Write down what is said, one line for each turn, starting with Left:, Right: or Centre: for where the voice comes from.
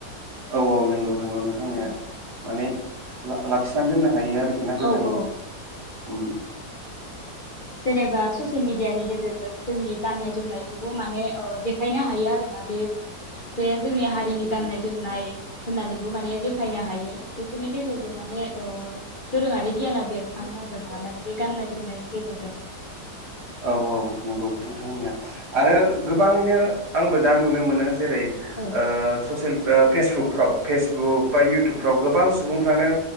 Right: औ औ नंगौ नंगौ नोंथां होननाया
Left: औ।
Right: माने ला लाखिना दोनना थायो आरोखि ना गोदोनि
Left: औ औ
Right: उम
Left: जेनेबा ससियेल मेडियानि गेजेरजों जोंनि गाननाय जोमनायखौबो माने ओ देखायनो हायो आरोना बे बे जोंनि हारिनि गाननाय जोमनाय होननानैबो माने देखायनो हायो बेफोरनि गेजेरजों माने ओ दोरोङारि गियाना बेरखाङो आरोना माने बे गाननाय जोमनायनि गेजेरजों। <unintelligible>
Right: औ औ नोंगौ। नोंथांमोनिया आरो गोबाङैनो आंबो दा नुनो मोनो जेरै
Left: औ
Right: ओ ससेल ओ फेसबुकफ्राव फेसबुक बा इयउटुबफ्राव गोबां सुबुंफ्रानो